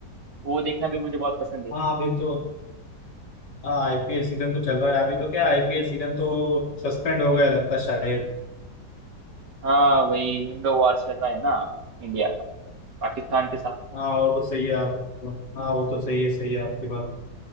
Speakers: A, on the right (about 75°); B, on the left (about 80°).
A: वो देखना भी मुझे बहुत पसंद है
B: हाँ अभी तो हाँ आईपीएल सीजन तो चल रहा है अभी तो क्या आईपीएल सीजन तो सस्पेंड हो गया लगता है शायद
A: हाँ वही इंडो वॉर चल रहा है ना अभी इंडिया का पाकिस्तान के साथ
B: हाँ और तो सही है आपको हाँ वो तो सही है सही है आपकी बात